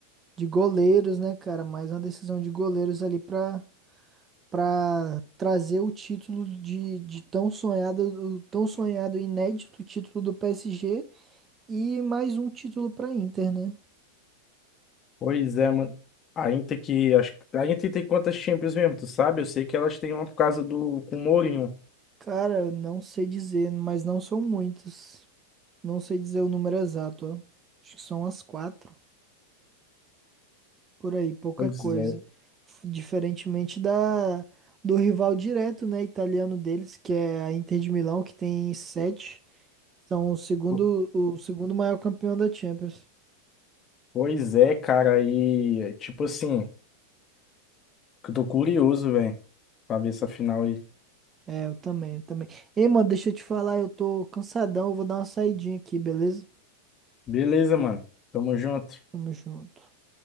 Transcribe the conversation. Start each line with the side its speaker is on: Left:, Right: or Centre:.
Right: de goleiros, né, cara? Mais uma decisão de goleiros ali pra, pra trazer o título de, de tão sonhado, o tão sonhado e inédito título do PSG e mais um título pra Inter, né?
Left: Pois é, mano. A Inter que, acho, que- a Inter tem quantas Champions mesmo, tu sabe? Eu sei que elas têm uma por causa do, com o Mourinho.
Right: Cara, eu não sei dizer, mas não são muitos. Não sei dizer o número exato, ó. Acho que são as quatro, por aí, pouca
Left: Pois
Right: coisa.
Left: é.
Right: F- Diferentemente da do rival direto, né, italiano deles, que é a Inter de Milão, que tem sete. São o segundo,
Left: Po-
Right: o segundo maior campeão da Champions.
Left: Pois é, cara. aí tipo assim, eu tô curioso, velho, pra ver essa final aí.
Right: É, eu também, eu também. Ei, mano, deixa eu te falar, eu tô cansadão, eu vou dar uma saidinha aqui, beleza?
Left: Beleza, mano. Tamo junto.
Right: Tamo junto.